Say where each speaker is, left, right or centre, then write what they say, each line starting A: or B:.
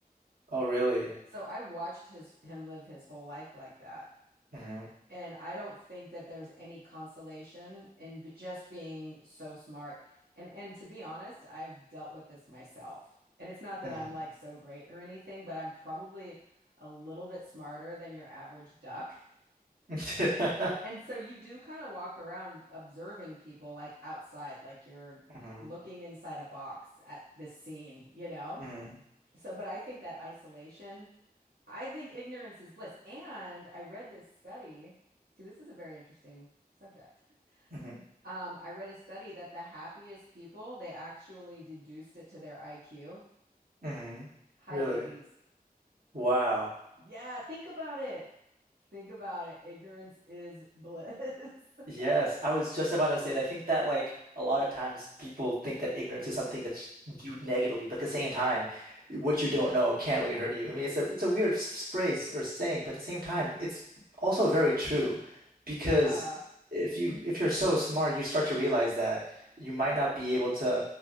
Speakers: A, on the right; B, on the right.
A: Oh, really?
B: So I watched his him live his whole life like that.
A: hmm
B: And I don't think that there's any consolation in b just being so smart. And and to be honest, I've dealt with this myself. And it's not that
A: hmm
B: I'm like so great or anything, but I'm probably a little bit smarter than your average duck.
A: <laughs>
B: And so you do kind of walk around observing people like outside, like you're
A: hmm
B: looking inside a box at this scene, you know?
A: hmm
B: So, but I think that isolation, I think ignorance is bliss. And I read this study. See, this is a very interesting subject. <laughs>
A: hmm
B: Um, I read a study that the happiest people, they actually deduced it to their IQ,
A: hmm <laughs>
B: high
A: Really?
B: 80s.
A: Wow.
B: Yeah, think about it. Think about it. Ignorance is bliss. <laughs>
A: Yes, I was just about to say that. I think that like a lot of times people think that ignorance is something that's viewed negatively, but at the same time, what you don't know can't really hurt you. I mean, it's a it's a weird s- s- phrase or saying, but at the same time, it's also very true
B: Yeah.
A: because if you if you're so smart, you start to realize that you might not be able to.